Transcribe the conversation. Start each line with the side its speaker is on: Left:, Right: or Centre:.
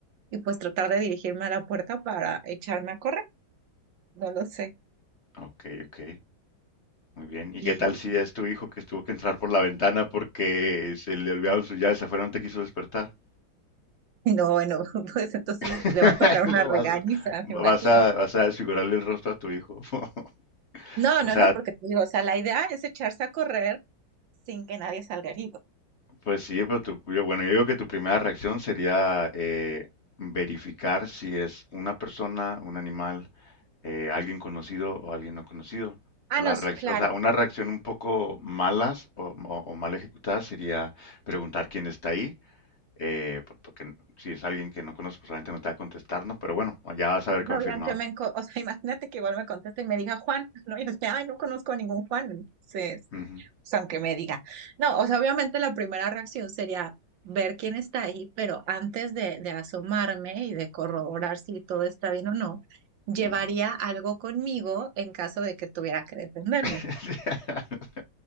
Right: y pues tratar de dirigirme a la puerta para echarme a correr, no lo sé.
Left: Ok, ok. Muy bien. ¿Y
Right: Y,
Left: qué tal si es tu hijo que tuvo que entrar por la ventana porque se le olvidaron sus llaves afuera y no te quiso despertar?
Right: y no, bueno, <laughs> pues entonces
Left: <laughs>
Right: le va a tocar
Left: Lo
Right: una regañiza,
Left: vas, vas
Right: me imagino.
Left: a, vas a desfigurarle el rostro a tu hijo. <laughs>
Right: No,
Left: O
Right: no,
Left: sea,
Right: no, porque te digo, o sea, la idea es echarse a correr sin que nadie salga herido.
Left: Pues sí, pero tu- yo, bueno, yo digo que tu primera reacción sería eh, verificar si es una persona, un animal, eh, alguien conocido o alguien no conocido.
Right: Ah,
Left: La
Right: no, sí,
Left: reacc-
Right: claro.
Left: o sea, una reacción un poco malas o, o- o mal ejecutada sería preguntar quién está ahí, eh, por- porque si es alguien que no conoces, pues obviamente no te va a contestar, ¿no? Pero bueno, ya vas a haber
Right: No,
Left: confirmado.
Right: ya aunque me, enco- o sea, <laughs> imagínate que igual me conteste y me diga Juan, ¿no? Y yo sea, ay, no conozco a ningún Juan. Entonces,
Left: Ujú,
Right: o sea, aunque me diga. No, o sea, obviamente la primera reacción sería ver quién está ahí, pero antes de, de asomarme y de corroborar si todo está bien o no, llevaría
Left: ujú.
Right: algo conmigo en caso de que tuviera que defenderme.
Left: <laughs>